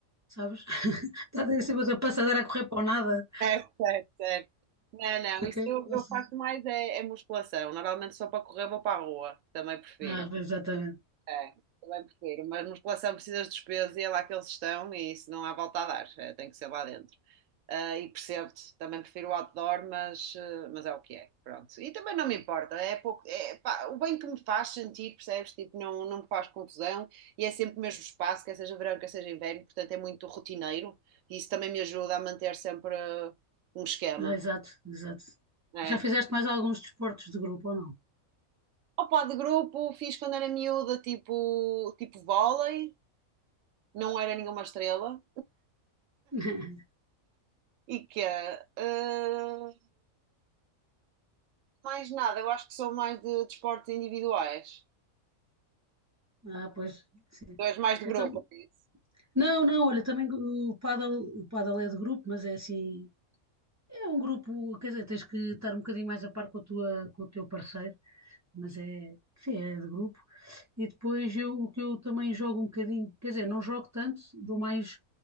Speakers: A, on the right; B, on the right.
A: sabes? <laughs> Está ali em cima da passadeira a correr para o nada.
B: Certo, certo, certo. Não, não,
A: Para
B: isso
A: quê?
B: eu,
A: Não
B: eu
A: sei.
B: faço mais é, é musculação. Normalmente só para correr vou para a rua, também prefiro.
A: Ah, pois, exatamente.
B: É, também prefiro, mas musculação precisas de despesa e é lá que eles estão e isso não há volta a dar, é, tem que ser lá dentro. Ah, e percebo-te, também prefiro o outdoor, mas, eh, mas é o que é, pronto. E também não me importa, é pouco, é, pá, o bem que me faz sentir, percebes? Tipo, não, não me faz confusão e é sempre o mesmo espaço, quer seja verão, quer seja inverno, portanto é muito rotineiro e isso também me ajuda a manter sempre eh, um esquema.
A: Ah, exato, exato.
B: É.
A: Já fizeste mais alguns desportos de grupo ou não?
B: Opa, de grupo fiz quando era miúda, tipo, tipo vôlei, não era nenhuma estrela.
A: <laughs>
B: E que é, ah, mais nada, eu acho que sou mais de desportos individuais.
A: Ah, pois, sim.
B: Tu és mais de
A: Eu
B: grupo,
A: tam...
B: é isso?
A: Não, não, olha, também o paddle o paddle é de grupo, mas é assim, É um grupo, quer dizer, tens que estar um bocadinho mais a par com a tua, com o teu parceiro, mas é, sim, é de grupo. E depois eu, o que eu também jogo um bocadinho, quer dizer, não jogo tanto, dou mais,